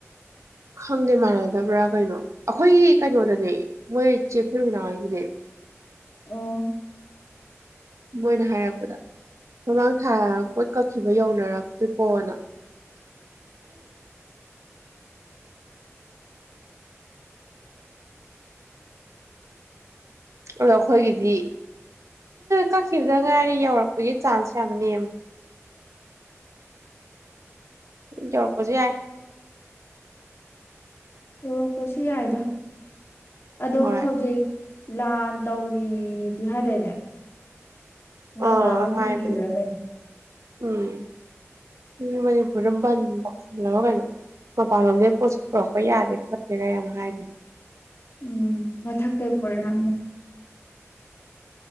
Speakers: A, on the right; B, on the left.
A: ꯈꯪꯗꯦ ꯃꯥꯟꯅꯗꯕ꯭ꯔꯥ ꯀꯩꯅꯣ ꯑꯩꯈꯣꯏꯒꯤ ꯀꯩꯅꯣꯗꯅꯦ ꯃꯣꯏ ꯆꯦꯐꯦꯝꯃꯤꯅꯥꯒꯤꯅꯦ
B: ꯑꯣ
A: ꯃꯣꯏꯅ ꯍꯥꯏꯔꯛꯄꯗ ꯃꯃꯥꯡ ꯊꯥ ꯄꯣꯠ ꯀꯛꯈꯤꯕ ꯌꯧꯅꯔꯛꯇ꯭ꯔꯤ ꯄꯣꯇꯥ ꯑꯗꯣ ꯑꯩꯈꯣꯏꯒꯤꯗꯤ ꯀꯛꯈꯤꯕꯗ ꯉꯥꯏꯒꯤ ꯌꯧꯔꯛꯄꯒꯤ ꯆꯥꯟꯁ ꯌꯥꯝ ꯅꯦꯃꯤ ꯌꯔ ꯄꯥꯁꯨꯌꯥꯏ
B: ꯌꯧꯔꯛꯄꯁꯨ ꯌꯥꯏꯗꯥ ꯑꯗꯣ
A: ꯍꯣꯏ
B: ꯍꯧꯖꯤꯛ ꯂꯥꯟ ꯇꯧꯔꯤꯗꯤ ꯍꯥꯏꯗꯣꯏꯅꯦ ꯅꯒꯥ
A: ꯑꯥ
B: ꯒꯥ
A: ꯍꯥꯏꯕꯅꯦ
B: ꯀꯨꯀꯤ ꯒꯔꯥ ꯀꯩꯅꯦ
A: ꯎꯝ ꯃꯅꯤꯄꯨꯔꯗ ꯕꯥꯟ ꯅꯣꯋꯪ ꯀꯩꯅꯣ ꯃꯄꯥꯟꯂꯣꯝꯗꯩ ꯄꯣꯠꯁ ꯄꯨꯔꯛꯄ ꯌꯥꯗꯦ ꯈꯣꯠꯇꯦ ꯒꯥ ꯌꯥꯝ ꯍꯥꯏꯕꯥꯅꯤ
B: ꯎꯝ ꯃꯊꯥꯛꯇꯥ ꯑꯣꯢꯔꯝꯅꯤ